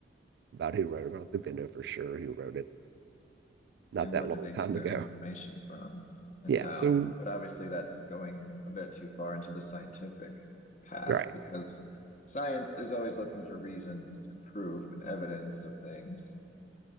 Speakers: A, on the right; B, on the left.
A: about who wrote it, but I don't think they know for sure who wrote it. Not
B: and
A: that
B: where
A: long
B: did they get
A: time
B: their
A: ago.
B: information from and
A: Yeah,
B: how.
A: so
B: But obviously, that's going a bit too far into the scientific path
A: right.
B: because science is always looking for reasons and proof and evidence of things.